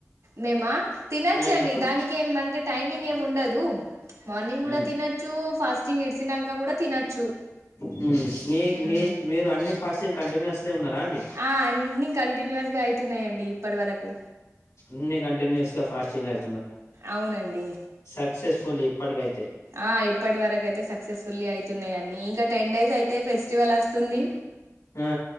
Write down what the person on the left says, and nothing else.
ఆ ఇప్పుడు
మ్
మ్ మీ
మీ మీరు అన్ని ఫాస్టింగ్ కంటిన్యూస్లీ ఉన్నారా అండి
అన్నీ కంటిన్యూయస్ గా ఫాస్టింగ్ అయ్
సక్సెస్ఫుల్ ఇప్పటికైతే
ఆ